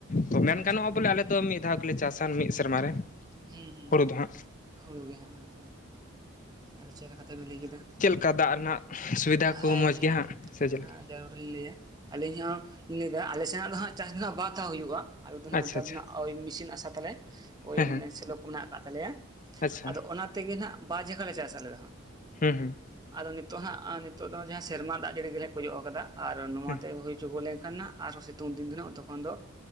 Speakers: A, on the left (about 35°); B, on the right (about 20°).
A: ᱛᱚ ᱢᱮᱱ
B: ᱟᱪᱪᱷᱟ
A: ᱜᱟᱱᱚᱜᱼᱟ ᱵᱚᱞᱮ ᱟᱞᱮ ᱫᱚ ᱢᱤᱫ ᱫᱷᱟᱣ ᱜᱮᱞᱮ ᱪᱟᱥᱟ ᱢᱤᱫ ᱥᱮᱨᱢᱟ ᱨᱮ
B: ᱦᱩᱸ ᱦᱩᱸ
A: ᱦᱩᱲᱩ ᱫᱚ ᱦᱟᱸᱜ
B: ᱦᱩᱲᱩ ᱜᱮ ᱦᱟᱸᱜ ᱟᱫᱚ ᱟᱹᱰᱤ ᱪᱮᱦᱨᱟ ᱠᱟᱛᱷᱟ ᱵᱮᱱ ᱞᱟᱹᱭ ᱠᱮᱫᱟ
A: ᱚᱱᱠᱟ ᱫᱟᱜ ᱨᱮᱱᱟᱜ ᱥᱩᱵᱤᱫᱟ ᱠᱚ
B: ᱦᱮᱸ
A: ᱢᱚᱡᱽ
B: ᱦᱮᱸ
A: ᱜᱮ ᱦᱜ ᱥᱮ ᱪᱮᱫᱠᱟ
B: ᱡᱟᱹᱨᱩᱲ ᱞᱤᱧ ᱞᱟᱹᱭᱟ ᱟᱹᱞᱤᱧ ᱦᱚᱸᱧ ᱞᱟᱹᱭᱮᱫᱟ ᱟᱞᱮ ᱥᱮᱱᱟᱜ ᱫᱚ ᱦᱟᱸᱜ ᱪᱟᱥ ᱫᱚᱜ ᱵᱟᱛᱷᱟᱣ ᱦᱩᱭᱩᱜᱼᱟ ᱟ ᱫᱚ
A: ᱟᱪᱪᱷᱟ
B: ᱦᱟᱸᱜ ᱱᱮᱛᱟᱨ
A: ᱟᱪᱪᱷᱟ
B: ᱫᱚ ᱦᱟᱸᱜ ᱳᱭ ᱢᱮᱥᱤᱱ ᱟᱥᱟ ᱛᱟᱞᱮ ᱳᱭ
A: ᱦᱮᱸ ᱦᱮᱸ
B: ᱢᱟᱱᱮ ᱥᱮᱞᱚ ᱠ‍ᱚ ᱢᱮᱱᱟᱜ ᱟᱠᱟᱫ ᱛᱟᱞᱮᱭᱟ
A: ᱟᱪᱪᱷᱟ
B: ᱟᱫᱚ ᱚᱱᱟ ᱛᱮᱜᱮ ᱦᱟᱸᱜ ᱵᱟᱨ ᱡᱟᱭᱜᱟ ᱞᱮ ᱪᱟᱥ ᱟᱞᱮ ᱫᱚ ᱦᱟᱸᱜ
A: ᱦᱮᱸ ᱦᱮᱸ
B: ᱟᱫᱚ ᱱᱤᱛᱚᱜ ᱦᱟᱸᱜ ᱱᱤᱛᱚᱜ ᱫᱚ ᱡᱟᱦᱟᱸ ᱥᱮᱨᱢᱟ ᱫᱟᱜ ᱡᱟᱹᱲᱤ ᱜᱮᱞᱮ ᱜᱚᱡᱚᱜ ᱟᱠᱟᱫᱟ ᱟᱨ ᱱᱚᱣᱟᱛᱮ
A: ᱦᱮᱸ
B: ᱦᱩᱭᱪᱚᱜᱚ ᱞᱮᱱᱠᱷᱟᱱ ᱟᱨᱦᱚᱸ ᱥᱤᱛᱩᱝ ᱫᱤᱱ ᱫᱚ ᱦᱟᱸᱜ ᱛᱚᱠᱷᱚᱱ ᱫᱚ